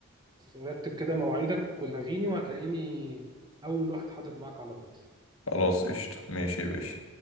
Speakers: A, on the right (about 20°); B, on the left (about 65°).
A: رتب كده مواعيدك ولغيني وهتلاقيني أول واحد حاضر معاك على طول
B: خلاص قشطة ماشي يا باشا